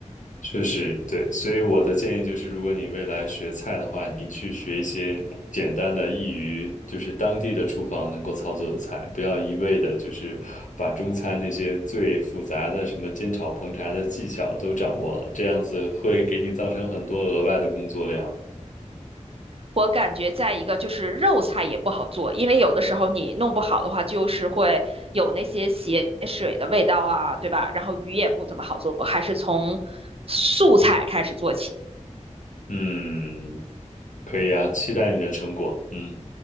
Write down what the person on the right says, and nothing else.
我感觉再一个就是肉菜也不好做，因为有的时候你弄不好的话，就是会有那些血水的味道啊，对吧？然后鱼也不怎么好做，还是从素菜开始做起。